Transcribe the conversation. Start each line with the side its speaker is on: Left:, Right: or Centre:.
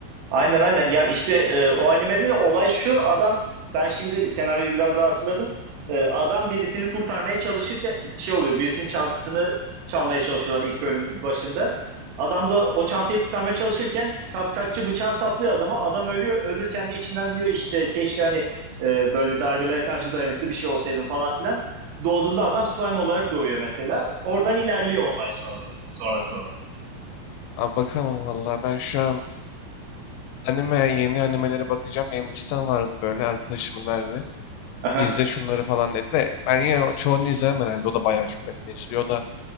Right: Aynen aynen. Ya işte e, o animede de olay şu. Adam ben şimdi senaryoyu biraz daha hatırladım. E, adam birisini kurtarmaya çalışırken şey oluyor. Birisinin çantasını çalmaya çalışıyorlar ilk bölüm başında. Adam da o çantayı kurtarmaya çalışırken kapkaççı bıçağı saplıyor adama. Adam ölüyor. Ölürken de içinden diyor işte keşke hani e, böyle darbelere karşı dayanıklı bir şey olsaydım falan filan. Doğduğunda adam slime olarak doğuyor mesela. Oradan ilerliyor olay sonrası, sonrasında.
Left: Abi bakalım valla ben şu an anime yeni animelere bakacağım. Benim listem vardı böyle arkadaşımın verdi.
Right: Aha,
Left: İzle şunları falan dedi de ben yine o- çoğunu izlemem herhalde. O da bayağı çok anime izliyor. O da